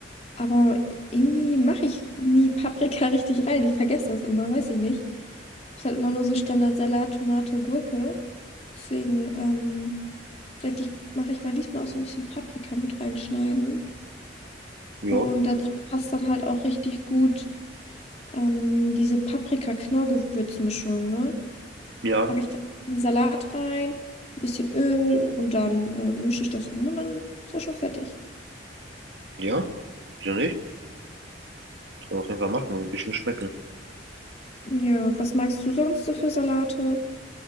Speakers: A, on the left (about 35°); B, on the right (about 70°).
A: Aber irgendwie mache ich nie Paprika <laughs> richtig rein. Ich vergesse das immer, weiß ich nicht. Ist halt immer nur so Standard-Salat, Tomate, Gurke. Deswegen ähm, denke ich, mache ich mal diesmal auch so ein bisschen Paprika mit reinschneiden.
B: Ja,
A: Und dazu passt dann halt auch richtig gut ähm, diese Paprika-Knorr-Gewürzmischung, ne?
B: ja,
A: packe ich dann den Salat rein, ein bisschen Öl und dann äh, mische ich das um und dann ist das schon fertig.
B: ja. Wieso nicht? Kann man auf jeden Fall machen, wird ein bisschen schmecken.
A: Ja, was magst du sonst so für Salate?